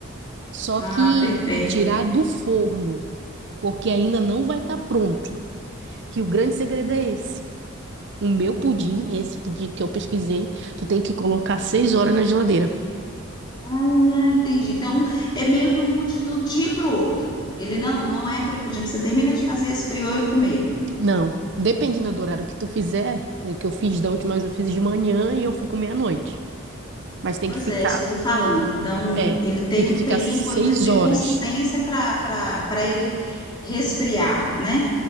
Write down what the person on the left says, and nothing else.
Ah,
perfeito.
Ah, entendi. Então, é meio que um pudim do dia para o outro. Ele não, não é aquele pudim que você termina de fazer, esfriou e comeu.
Pois
é, isso que eu estou falando. Então,
ele tem
um
tempo
ainda de
consistência para para para ele resfriar, né?